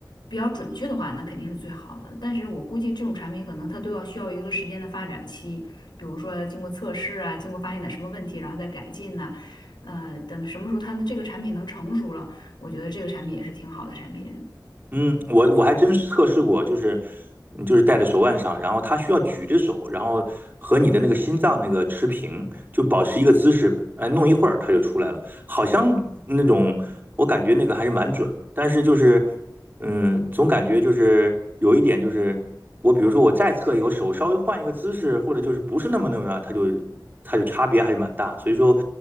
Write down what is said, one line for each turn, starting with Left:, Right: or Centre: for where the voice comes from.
Left: 比较准确的话，那肯定是最好的。但是我估计这种产品可能它都要需要一个时间的发展期。比如说经过测试啊，经过发现点什么问题，然后再改进呐、呃，等什么时候它的这个产品能成熟了，我觉得这个产品也是挺好的产品。
Right: 嗯，我我还真是测试过，就是嗯就是戴在手腕上，然后它需要举着手，然后和你的那个心脏那个持平，就保持一个姿势，哎，弄一会儿它就出来了，好像那种我感觉那个还是蛮准，但是就是嗯，总感觉就是有一点就是我比如说我再测一个，我手稍微换一个姿势，或者就是不是那么那么它就它就差别还是蛮大，所以说